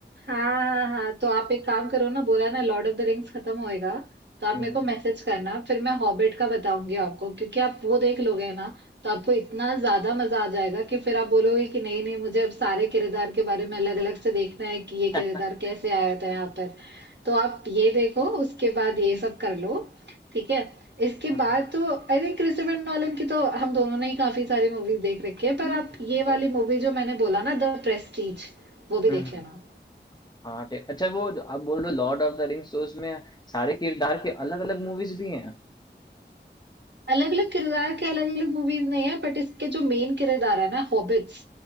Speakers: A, on the right (about 70°); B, on the left (about 20°).
A: हाँ हाँ हाँ हाँ। तो आप एक काम करो ना बोला ना लॉर्ड ऑफ द रिंग्स खत्म होएगा तो आप
B: हम्म
A: मेरे को मैसेज करना फिर मैं हॉबिट का बताऊंगी आपको क्योंकि आप वो देख लोगे ना तो आपको इतना ज्यादा मजा आ जाएगा कि फिर आप बोलोगे कि नहीं नहीं मुझे अब सारे किरदार के बारे में अलग अलग से देखना है कि ये
B: <laughs>
A: किरदार कैसे आया था यहाँ पर तो आप ये देखो उसके बाद ये सब कर लो ठीक है इसके
B: हम्म
A: बाद तो आई थिंक क्रिस्टोफर नॉलन की तो हम दोनों ने ही काफी सारी मूवीज देख रखी है
B: हम्म,
A: पर आप ये
B: वही
A: वाली मूवी जो मैंने बोला ना द प्रेस्टीज वो भी
B: हम्म
A: देख लेना
B: हाँ ठीक अच्छा वो आप बोल रहे हो लॉर्ड ऑफ द रिंग्स तो उसमें सारे किरदार के अलग अलग मूवीज भी हैं
A: अलग अलग किरदार के अलग अलग मूवीज नहीं है बट इसके जो मेन किरदार है ना हॉबिट्स